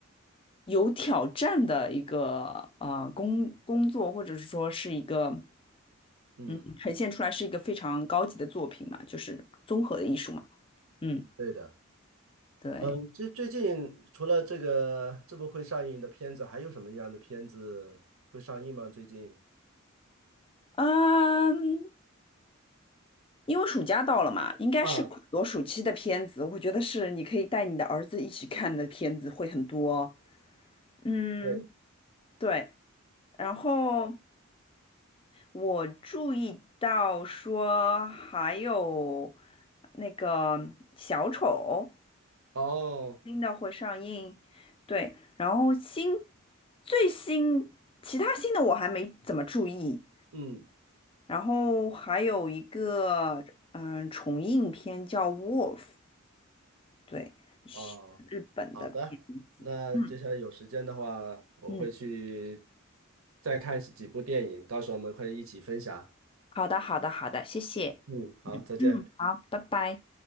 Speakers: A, on the left (about 25°); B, on the right (about 80°).
A: 有挑战的一个呃工工作，或者是说是一个
B: 嗯，
A: 嗯，呈现出来是一个非常高级的作品嘛，就是综合的艺术嘛。嗯，
B: 对的。
A: 对，
B: 嗯，这最近除了这个这部会上映的片子，还有什么样的片子会上映吗？最近？
A: 嗯，因为暑假到了嘛，应该是有很多暑期的片子，
B: 啊，
A: 我觉得是你可以带你的儿子一起看的片子会很多。嗯，
B: 对，
A: 对。然后我注意到说还有那个小丑，
B: 哦，
A: 新的会上映，对，然后新最新其他新的我还没怎么注意，
B: 嗯。
A: 然后还有一个嗯重映片叫《Wolf》，对，是日本的片子，
B: 哦，好的，那接下来有时间的话，
A: 嗯
B: 我会去
A: 嗯，
B: 再看几部电影，到时候我们可以一起分享。
A: 好的好的好的，谢谢，
B: 嗯，好，
A: 嗯嗯，
B: 再见。
A: 好，拜拜。